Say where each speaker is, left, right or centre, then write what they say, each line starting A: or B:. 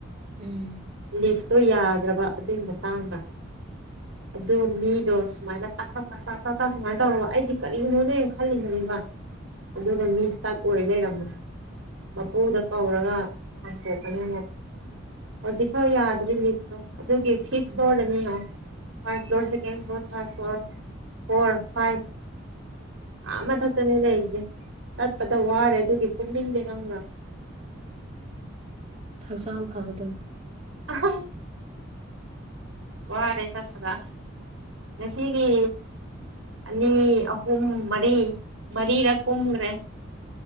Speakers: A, on the right (about 30°); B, on the right (about 70°).
A: ꯎꯝ
B: ꯂꯤꯐꯇꯣ ꯌꯥꯗ꯭ꯔꯕ ꯑꯗꯨꯏ ꯃꯇꯥꯡꯗ
A: <inaudible>
B: ꯑꯗꯨꯒ ꯃꯤꯗꯣ ꯁꯨꯃꯥꯏꯅ ꯇꯥꯛ ꯇꯥꯛ ꯇꯥꯛ ꯇꯥꯛ ꯇꯥꯛ ꯇꯥꯛ ꯁꯨꯃꯥꯏꯅ ꯇꯧꯔꯕ ꯑꯩꯗꯤ ꯀꯔꯤꯅꯣꯅꯦ ꯈꯜꯂꯨꯕꯅꯦꯕ ꯑꯗꯨꯒ ꯃꯤ ꯁ꯭ꯇꯛ ꯑꯣꯏ ꯂꯩꯔꯝꯃꯦ ꯃꯄꯨꯗꯣ ꯀꯧꯔꯒ ꯍꯥꯡꯇꯣꯛꯄꯅꯦ ꯑꯃꯨꯛ ꯍꯧꯖꯤꯛ ꯐꯥꯎ ꯌꯥꯗ꯭ꯔꯤ ꯂꯤꯐꯇꯣ ꯑꯗꯨꯒꯤ ꯐꯤꯐ
A: ꯎꯝ
B: ꯐ꯭ꯂꯣꯔꯗꯅꯤꯅ first floor second floor third floor four five ꯑꯥ ꯃꯊꯛꯇꯅꯦ ꯂꯩꯔꯤꯖꯦ ꯆꯠꯄꯗ ꯋꯥꯔꯦ ꯑꯗꯨꯒꯤ ꯀꯨꯝꯅꯤꯡꯗꯦ ꯈꯪꯕ꯭ꯔꯥ
A: ꯍꯛꯆꯥꯡ ꯐꯒꯗꯝ
B: <unintelligible> ꯋꯥꯔꯦ ꯆꯠꯄꯗ ꯉꯁꯤꯒꯤ ꯑꯅꯤ ꯑꯍꯨꯝ ꯃꯔꯤ ꯃꯔꯤꯔꯛ ꯀꯨꯝꯒ꯭ꯔꯦ